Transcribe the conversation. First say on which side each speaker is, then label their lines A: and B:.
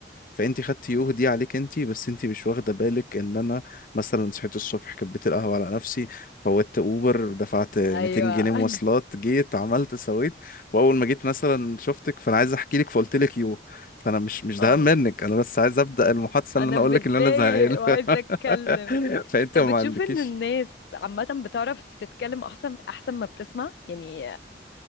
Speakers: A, on the left; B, on the left.
A: فانت خدتي يوه دي عليك انت بس انت مش واخده بالك ان انا مثلا صحيت الصبح كبيت القهوه على نفسي فوتت اوبر دفعت 200
B: ايوه
A: جنيه مواصلات
B: <laughs>
A: جيت عملت سويت واول ما جيت مثلا شفتك فانا عايز احكي لك فقلت لك يوه فانا مش مش زهقان
B: اه
A: منك انا بس عايز ابدا المحادثه اللي
B: انا
A: انا
B: متضايق
A: اقول لك ان انا زهقان
B: وعايزه اتكلم
A: <laughs> فانت
B: طب
A: ما
B: بتشوف
A: عندكيش
B: ان الناس عامه بتعرف تتكلم احسن احسن ما بتسمع يعني